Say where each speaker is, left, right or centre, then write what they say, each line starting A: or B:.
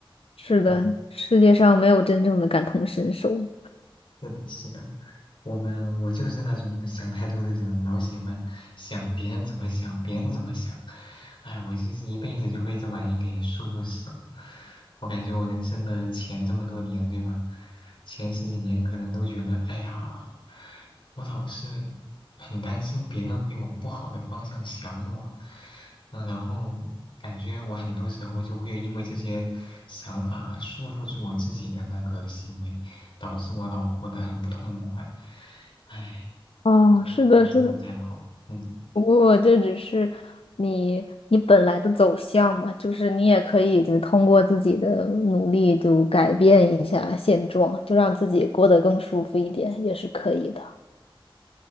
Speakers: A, on the left; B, on the left.
A: 是的，
B: 嗯，
A: 世界上没有真正的感同身受。
B: 是的，是的。我们我就是那种想太多的人，老喜欢想别人怎么想，别人怎么想。哎，我就是一辈子就被这玩意给束缚死了。我感觉我人生的前这么多年，对吧？前十几年可能都觉得，哎呀，我老是很担心别人会往不好的方向想我，嗯、然后感觉我很多时候就会因为这些想法束缚住我自己的那个行为，导致我老活得很不痛快，哎，
A: 哦，
B: 就这样真的不太好，
A: 是的，是的，
B: 嗯
A: 不过这只是你你本来的走向嘛，就是你也可以就通过自己的努力就改变一下现状，就让自己过得更舒服一点，也是可以的。